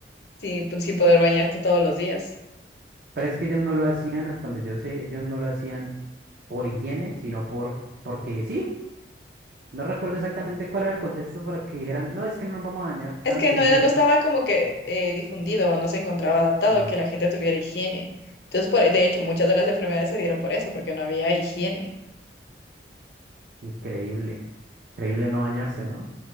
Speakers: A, on the left; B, on the right.
A: Sí, pues, sin poder bañarte todos los días.
B: Pero es que ellos no lo hacían, hasta donde yo sé, ellos no lo hacían por higiene, sino por, porque sí. No recuerdo exactamente cuál era el contexto para que dijeran, no, es que no nos vamos a bañar
A: Es
B: tan
A: que
B: seguido.
A: no, era- no estaba como que eh, difundido, no se encontraba adaptado
B: Ujú.
A: que la gente tuviera higiene. Entonces, por, de hecho, muchas de las enfermedades se dieron por eso, porque no había higiene.
B: Increíble, increíble no bañarse, ¿no?